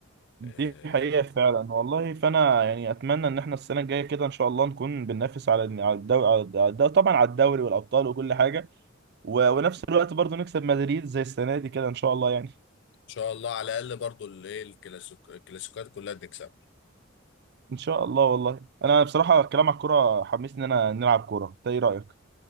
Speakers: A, on the right; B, on the left.
A: دي
B: آه
A: حقيقه فعلا والله فانا يعني اتمنى ان احنا السنه الجايه كده ان شاء الله نكون بننافس على على الدوري على الدوري طبعا على الدوري والابطال وكل حاجه و- ونفس الوقت برضو نكسب مدريد زي السنه دي كده ان شاء الله يعني
B: ان شاء الله على الاقل برضو الايه الكلاسيك الكلاسيكات كلها بنكسبها
A: ان شاء الله والله انا بصراحه الكلام على الكوره حمسني ان انا نلعب كوره انت ايه رايك